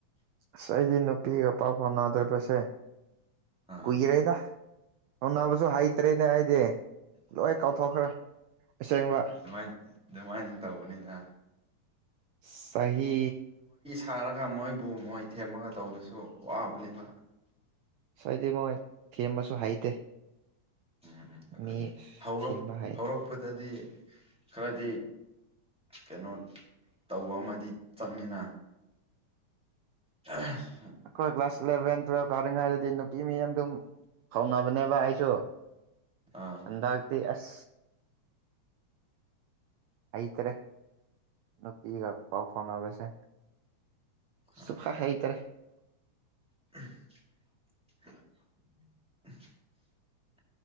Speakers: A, on the right; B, in the centre.
A: ꯑꯁ ꯑꯩꯗꯤ ꯅꯨꯄꯤꯒ ꯄꯥꯎ ꯐꯥꯎꯅꯗ꯭ꯔꯔꯤꯕꯁꯦ
B: ꯑꯥ
A: ꯀꯨꯏꯔꯦꯗ ꯑꯅꯥꯕꯨꯁꯨ ꯍꯩꯇ꯭ꯔꯦꯅꯦ ꯍꯥꯏꯗꯤ ꯂꯣꯏ ꯀꯥꯎꯊꯣꯛꯈ꯭ꯔꯦ ꯑꯁꯦꯡꯕ
B: ꯑꯗꯨꯃꯥꯏ ꯑꯗꯨꯃꯥꯏꯅ ꯇꯧꯕꯅꯤꯗ
A: ꯁꯍꯤ
B: ꯊꯥꯔꯒ ꯃꯣꯏꯕꯨ ꯃꯣꯏ ꯊꯦꯝꯃꯒ ꯇꯧꯕꯁꯨ ꯋꯥꯕꯅꯦꯕ
A: ꯁꯣꯏꯗꯤ ꯃꯣꯏ ꯀꯦꯝꯕꯁꯨ ꯍꯩꯇꯦ
B: ꯎꯝ ꯎꯝ ꯑꯗꯨꯅꯤ
A: ꯃꯤ
B: ꯍꯧꯔꯛ
A: ꯊꯦꯝꯕ ꯍꯩ
B: ꯍꯧꯔꯛꯄꯗꯗꯤ ꯈꯔꯗꯤ ꯀꯩꯅꯣ ꯇꯧꯕ ꯑꯃꯗꯤ ꯆꯪꯉꯤꯅ ꯑ
A: ꯑꯩꯈꯣꯏ ꯀ꯭ꯂꯥꯁ ꯏꯂꯕꯦꯟꯋ ꯑꯔꯉꯥꯏꯔꯗꯤ ꯅꯨꯄꯤ ꯃꯤ ꯌꯥꯝ ꯑꯗꯨꯝ ꯐꯥꯎꯅꯕꯅꯦꯕ ꯑꯩꯁꯨ
B: ꯑꯥ
A: ꯑꯟꯗꯇ ꯑꯦꯁ ꯍꯩꯇꯔꯦ ꯅꯨꯄꯤꯒ ꯄꯥꯎ ꯐꯥꯎꯅꯕꯅꯕꯁꯦ
B: ꯑꯥ
A: ꯁꯤꯐꯥ ꯍꯥꯏ ꯏꯇꯔ
B: <inaudible>